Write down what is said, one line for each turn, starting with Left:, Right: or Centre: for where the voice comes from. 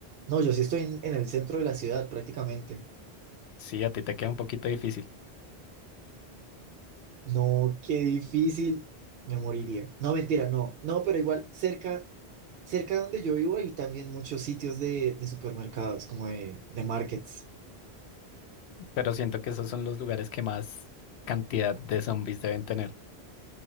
Right: No, yo sí estoy en, en el centro de la ciudad prácticamente.
Left: Sí, a ti te queda un poquito difícil,
Right: No, qué difícil. Me moriría. No, mentira, no. No, pero igual cerca, cerca donde yo vivo hay también muchos sitios de, de supermercados, como de, de markets.
Left: pero siento que esos son los lugares que más cantidad de zombies deben tener,